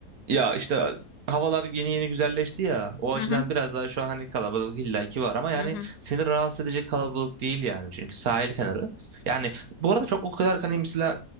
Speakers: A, on the right (about 65°); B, on the left (about 80°).
A: Ya işte havalar yeni yeni güzelleşti ya. O açıdan
B: Hı hı.
A: biraz daha şu an hani kalabalık illaki var ama yani
B: Hı hı.
A: seni rahatsız edecek kalabalık değil yani. Çünkü sahil kenarı. Yani bu arada çok o kadar hani mesela